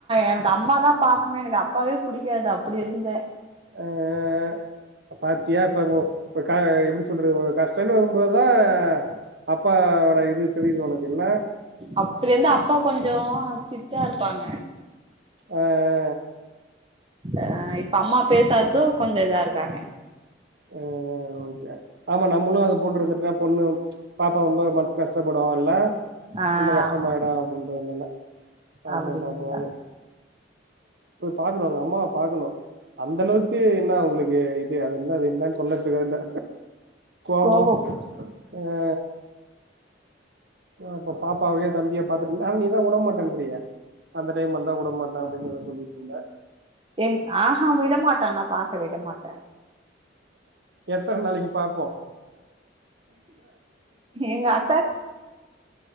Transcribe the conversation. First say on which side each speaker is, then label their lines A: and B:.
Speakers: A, on the right; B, on the right.
A: எனக்கு அம்மா தா பாசமே எனக்கு அப்பாவே பிடிக்காது அப்டி இருந்தே
B: ஆ ஆ பாத்தியா இப்ப இப்ப எப்டி சொல்றது கஷ்டம்ன்னு வரும் போது தா அப்பாவோட இது தெரியு உனக்கு இல்ல
A: அப்பயிலேயிருந்து அப்பா கொஞ்ச ஸ்டிக்டா இருப்பாங்க
B: ஆ ஆ
A: ஆ இப்ப அம்மா பேசாதது கொஞ்ச இதா இருக்காங்க
B: ஓ ஓ ஆமா நம்மளு அது போட்டு இருந்துட்டா பொண்ணு பாப்பா ரொம்ப மனசு கஷ்டப்படு இல்ல
A: ஆ
B: ரொம்ப கஷ்டமாயிடும்
A: ஆமா
B: அப்டின்றதுனாலே பாப்போ
A: அப்டிங்கிறதா
B: பாப்போ பாக்கணு உங்க அம்மாவ பாக்கணு அந்தளவுக்கு என்ன அவங்களுக்கு இது அது என்ன அது அதெல்லா சொல்லறதுக்கு இது இல்ல கோவம்
A: கோபம்
B: ஆ இப்ப பாப்பாவையோ தம்பியையோ பாத்துட்டிருந்தா ஆனா நீ தா விடமாட்டேன்றியே அந்த டைம் வந்தா விடமாட்ட அப்படின்னு தா சொல்லிட்டு இருந்தே
A: எங் ஆஹா விடமாட்டேன் நா பார்க்க விடமாட்டேன்
B: எத்தனை நாளைக்கு பார்ப்போம்
A: எங்க அக்கா